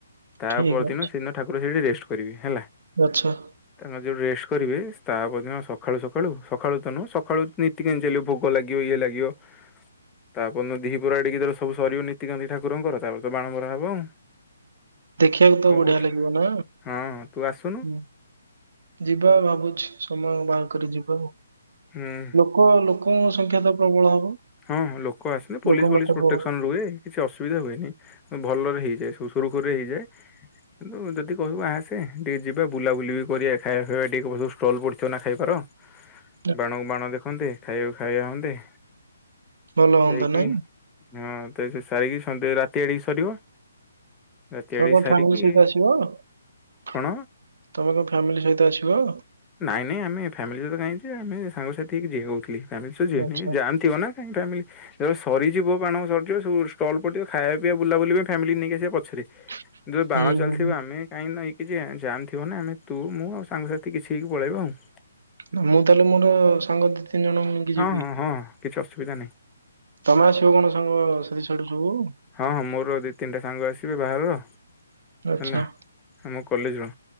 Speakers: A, on the left; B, on the right.
A: ତା
B: ଠିକ
A: ପରଦିନ
B: ଅଛି
A: ସେଦିନ ଠାକୁର ସେଇଠି ରେଷ୍ଟ କରିବେ ହେଲା।
B: ଆଚ୍ଛା
A: ତାଙ୍କର ଯେଉଁ ରେଷ୍ଟ କରିବେ ତା ପରଦିନ ସଖାଳୁ ସଖାଳୁ ସଖାଳୁ ତ ନୁହଁ ସଖାଳୁ ନୀତିକାନ୍ତି ଚାଲିବ ଭୋଗ ଲାଗିବ ଇଏ ଲାଗିବ ତା ପରଦିନ ଦିପହର ଆଡିକି ଯେତେବେଳେ ସରିବ ନୀତିକାନ୍ତି ଠାକୁରଙ୍କର ତାପରେ ତ ବାଣମରା ହବ ଆଉ
B: ଦେଖିବାକୁ ତ
A: କଣ
B: ବଢିଆ
A: କହୁଛୁ
B: ଲାଗିବ ନା,
A: ହଁ ତୁ ଆସୁନୁ
B: ହୁଁ ଯିବା ଭାବୁଛି ସମୟ ବାହାର କରି ଯିବା ଆଉ
A: ହୁଁଉଁ
B: କଣ ଲୋକଙ୍କ ସଂଖ୍ୟା ତ ପ୍ରବଳ ହବ।
A: ହଁ ଲୋକ ଆସିଲେ ପୋଲିସ
B: ଲୋକ ମାତ୍ରା
A: ଫୋଲିସ ପ୍ରୋଟେକ୍ସନ
B: ପ୍ରବଳ
A: ରୁହେ କିଛି ଅସୁବିଧା ହୁଏନି ଭଲରେ ହେଇଯାଏ ସବୁ ସୁରୁଖୁରୁରେ ହେଇଯାଏ। କିନ୍ତୁ ଯଦି କହିବୁ ଆସେ ଟିକେ ଯିବା ବୁଲାବୁଲି ବି କରିବା ଖାଇବା ଫାଇବା ଟିକେ କରିଦବୁ ଷ୍ଟଲ୍ ପଡ଼ିଥିବ ନା ଖାଇବାର।
B: <inaudible>
A: ବାଣକୁ ବାଣ ଦେଖନ୍ତେ ଖାଇବାକୁ ଖାଇବା ହନ୍ତେ
B: ଭଲ ହୁଅନ୍ତା
A: ଯାଇକି
B: ନାଇଁ।
A: ହଁ ତ ଏଠୁ ସାରିକି ସନ୍ଧ୍ୟା ରାତି ଆଡିକି ସରିବ ରାତି
B: ତମେ
A: ଆଡିକି
B: କଣ
A: ସାରିକି
B: ଫ୍ୟାମିଲି ସହିତ ଆସିବ। ତମେ
A: କଣ
B: କଣ ଫ୍ୟାମିଲି ସହିତ ଆସିବ।
A: ନାଇଁ ନାଇଁ ଆମେ ଫାମିଲି ସହିତ କାହିଁ ଯିବା ଆମେ ସାଙ୍ଗସାଥି ହେଇକି ଯିବା କହୁଥିଲି ଫ୍ୟାମିଲି ସହିତ ଯିବାନି
B: ଆଚ୍ଛା।
A: ଯାମ ଥିବନା। କାହିଁକି ଫ୍ୟାମିଲି ଯେବେ ସରିଯିବ ବାଣ ସରିଯିବ ସବୁ ଷ୍ଟଲ ପଡିଥିବ ଖାଇବା ପିଇବା ବୁଲାବୁଲିି ପାଇଁ ଫ୍ୟାମିଲି ନେଇକି ଆସିବା ପଛରେ
B: <inaudible>
A: ଯୋଉ ବାଣ ଚାଲିଥିବା
B: ହୁଁ
A: ଆମେ କାହିଁକି ନାଁ ଏ କଛି ଜାମ୍ ଥିବ ନା ଆମେ ତୁ ମୁଁ ଆଉ ସାଙ୍ଗସାଥି କିଛି ହେଇକି ପଳେଇବା ଆଉ
B: ମୁଁ ତାହେଲେ ମୋର ସାଙ୍ଗ ଦି ତିନି ଜଣଙ୍କୁ ନେଇକି ଯିବି।
A: ହଁ ହଁ ହଁ କିଛି ଅସୁବିଧା ନାହିଁ
B: ତମେ ଆସିବ କଣ ସାଙ୍ଗ ସାଡ଼ୁ ସାଡୁ ସବୁ
A: ହଁ ହଁ ମୋର ଦି ତିନିଟା ସାଙ୍ଗ ଆସିବେ ବାହାରର
B: ଆଚ୍ଛା
A: ହେଲା ଆମ କଲେଜର